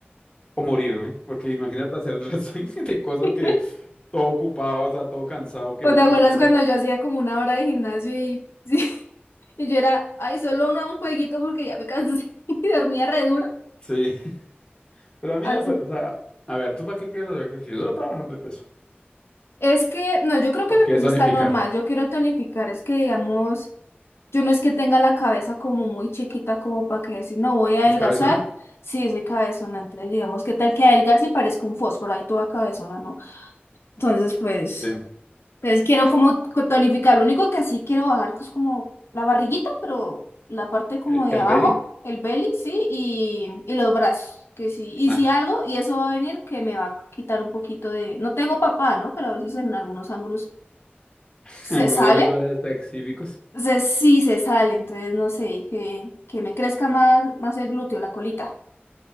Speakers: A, on the left; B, on the left.
A: o morirme, porque imagínate hacer el resto <laughs> de cosas
B: <laughs>
A: que todo ocupado, o sea, todo cansado, que
B: ¿O
A: es lo
B: te acuerdas
A: que uno dice.
B: cuando yo hacía como una hora de gimnasio y, <laughs> sí, y yo era, ay, solo una, un jueguito porque ya me cansé <laughs> y dormía re duro?
A: Sí, <laughs> pero a mí,
B: Así.
A: o sea, a ver, ¿tú para qué quieres hacer ejercicio? Solo para bajar de peso.
B: Es que, no, yo creo que
A: ¿O
B: mi
A: quieres
B: peso
A: tonificar?
B: está normal. Yo quiero tonificar, es que digamos, yo no es que tenga la cabeza como muy chiquita como para que decir, no, voy a
A: ¿Pues
B: adelgazar.
A: cabezona?
B: Sí, soy cabezona, entonces digamos, ¿qué tal que adelgace y parezca un fósforo? Ahí toda cabezona, ¿no? Entonces, pues.
A: Sí.
B: Entonces quiero como co- tonificar. Lo único que sí quiero bajar es como la barriguita, pero la parte como
A: ¿El,
B: de
A: el
B: abajo,
A: belly?
B: el belly, sí, y, y los brazos, que sí. Y
A: Ah,
B: si algo, y eso va a venir, que me va a quitar un poquito de... No tengo papá, ¿no? Pero a veces en algunos ángulos
A: <laughs>
B: se
A: algunos
B: sale.
A: ángulos específicos.
B: Entonces sí se sale, entonces no sé, que, que me crezca más, más el glúteo, la colita.